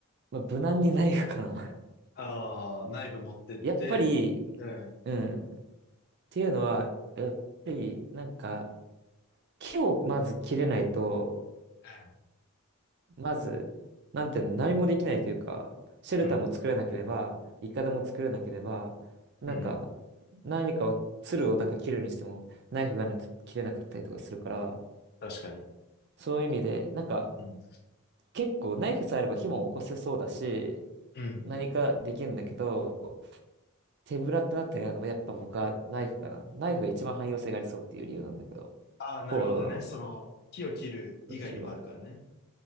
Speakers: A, on the right; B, on the left.
A: まあ、無難にナイフかな。
B: ああ、ナイフ持ってって、
A: <laughs> やっぱり、
B: うん。
A: うん、っていうのは、やっぱり、なんか、木をまず切れないと、
B: うん。
A: まず、なんていうの、何もできないというか、シェルターも作れなければ、
B: うん。
A: いかだも作れなければ、なんか、
B: うんうんうんうん
A: 何かを、鶴をなんか切るにしても、ナイフがないと切れなかったりとかするから、
B: 確かに。
A: そういう意味で、なんか、
B: うん。
A: 結構ナイフさえあれば火も起こせそうだし、
B: うん。
A: 何かできるんだけど、手ぶらってなったら、やっぱ僕はナイフかな。ナイフが一番汎用性がありそうっていう理由なんだけど。
B: ああ、なるほどね。
A: こうはどうなの
B: その、木を切る以外にもあるからね。
A: 私は。